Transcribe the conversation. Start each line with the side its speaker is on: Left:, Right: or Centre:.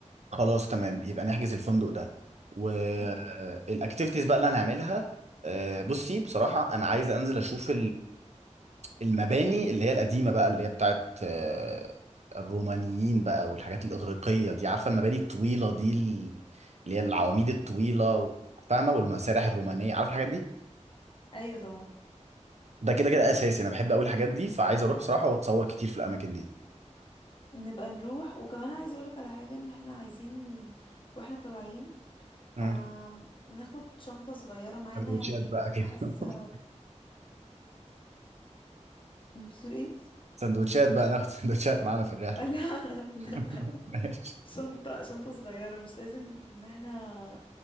Right: خلاص تمام يبقى نحجز الفندق ده والاكتيفيتيز
Left: و-
Right: بقى اللي هنعملها آه، بصي بصراحه انا عايز انزل اشوف المباني اللي هي القديمة بقى اللي هي بتاعت آه، الرومانيين بقى والحاجات الإغريقية دي عارفة المباني الطويلة دي ال- اللي هي العواميد الطويلة فاهمة والمسارح الرومانية عارفة الحاجات دي
Left: ايوه طبعا
Right: ده كده كده أساسي أنا بحب أوي الحاجات دي فعايز أروح بصراحة وأتصور كتير في الأماكن دي
Left: نبقى نروح وكمان عايزه اقولك على حاجة ان احنا عايزين واحنا طالعين
Right: مم.
Left: آم، ناخد شنطة صغيرة معانا
Right: سندوتشات
Left: يعني
Right: بقى كده
Left: حاسة
Right: <laughs>
Left: بتقول ايه
Right: سندوتشات بقى ناخد <laughs> سندوتشات معانا في الرحلة
Left: <laughs> لا لا
Right: <laughs> ماشي.
Left: شنطة شنطة صغيرة مش لازم ان احنا